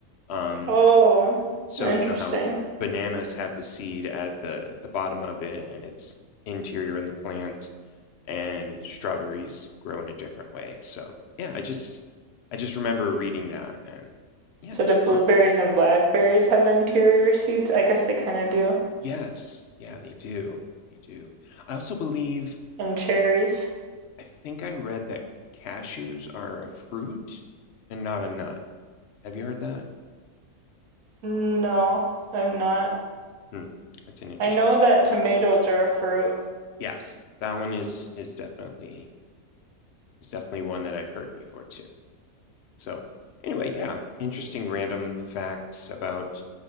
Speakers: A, on the left; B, on the right.
A: Um,
B: oh,
A: so you
B: interesting.
A: know how bananas have the seed at the the bottom of it and it's interior in the plant and strawberries grow in a different way. So yeah, I just I just remember reading that and yeah,
B: So do
A: straw
B: blueberries and blackberries have interior seeds? I guess they kind of do.
A: yes, yeah, they do. They do. I also believe
B: And cherries?
A: I think I read that cashews are a fruit and not a nut. Have you heard that?
B: No, I've not.
A: Hmm. That's an interesting.
B: I know that tomatoes are a fruit.
A: Yes, that one is is definitely is definitely one that I've heard before too. So anyway, yeah, interesting random facts about